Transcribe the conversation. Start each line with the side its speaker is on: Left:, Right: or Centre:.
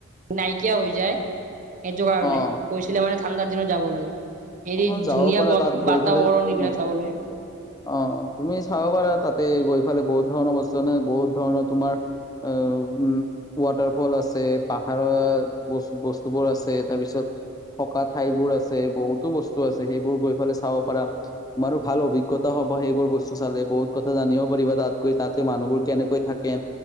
Right: নাইকিয়া হৈ যায়? এইটো কাৰণে,
Left: অ',
Right: কৈছিলে মানে ঠাণ্ডাৰ দিনত যাবলৈ। হেৰি
Left: অ যাব
Right: ধুনীয়া
Left: পাৰা,
Right: ব
Left: তাত গৈ
Right: বাতাবৰণ
Left: পালাই
Right: এইবিলাক
Left: অ
Right: চাবলৈ
Left: অ তুমি চাব পাৰা তাতে গৈ ফালে, বহুত ধৰণৰ বস্তু আনে বহুত ধৰণৰ তোমাৰ অ উ ৱাটাৰ ফল আছে, পাহাৰৰ ব বস্তুবোৰ আছে, তাৰ পিছত থকা ঠাইবোৰ আছে, বহুতো বস্তু আছে সেইবোৰ গৈ ফালে চাব পাৰা। তোমাৰো ভাল অভিজ্ঞতা হ'ব, সেইবোৰ বস্তু চালে বহুত কথা জানিব পাৰিবা তাত গৈ, তাতে মানুহবোৰ কেনেকৈ থাকে